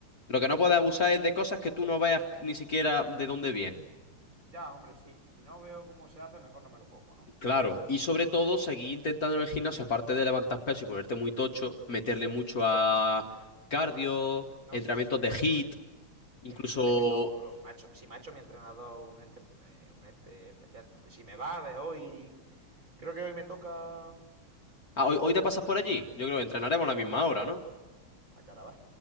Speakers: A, on the left; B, on the right.
A: Lo que no puedes abusar es de cosas que tú no veas ni siquiera de dónde vienen.
B: Ya, hombre, sí. Si no veo cómo se hace, mejor no me lo como, ¿no?
A: Claro, y sobre todo seguir intentando en el gimnasio, aparte de levantar peso y ponerte muy tocho, meterle mucho a cardio,
B: No,
A: entrenamientos
B: sí, sí, sí, le
A: de
B: meto,
A: HIIT,
B: eh.
A: incluso...
B: Le meto, le meto duro. Me ha hecho- si me ha hecho mi entrenador un este, eh, un este especial. Si me va a ver hoy. Creo que hoy me toca.
A: Ah, hoy, hoy te pasas por allí. Yo creo que entrenaremos
B: Sí, hoy,
A: a la
B: hoy
A: misma
B: voy.
A: hora, ¿no?
B: A Carabas.